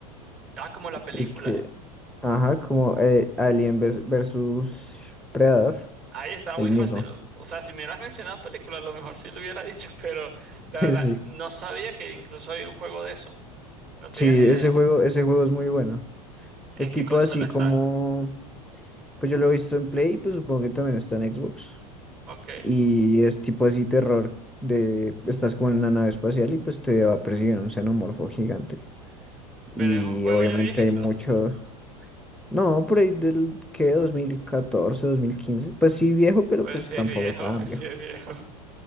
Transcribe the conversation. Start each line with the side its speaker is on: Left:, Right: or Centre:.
Right: Ah, como la película.
Centre: El que... Ajá, como eh, Alien vers- versus Predador.
Right: Ahí estaba
Centre: El
Right: muy fácil.
Centre: mismo.
Right: O sea, si me hubieras mencionado película, a lo mejor sí lo hubiera <laughs> dicho, pero
Centre: <laughs>
Right: la verdad,
Centre: Sí.
Right: no sabía que incluso había un juego de eso. No tenía
Centre: Sí,
Right: ni
Centre: ese
Right: idea.
Centre: juego, ese juego es muy bueno.
Right: ¿En
Centre: Es
Right: qué
Centre: tipo
Right: consola
Centre: así
Right: está?
Centre: como... Pues yo lo he visto en Play, pues supongo que también está en Xbox.
Right: Ok.
Centre: Y es tipo así terror de estás con una nave espacial y pues te va a perseguir un xenomorfo gigante. Y
Right: Pero es un juego
Centre: obviamente
Right: ya viejito.
Centre: hay mucho... No, por ahí del que dos dos mil catorce dos mil quince, Pues sí viejo, pero
Right: Pues
Centre: pues
Right: sí es
Centre: tampoco
Right: viejo,
Centre: tan
Right: <laughs> sí
Centre: viejo.
Right: es viejo.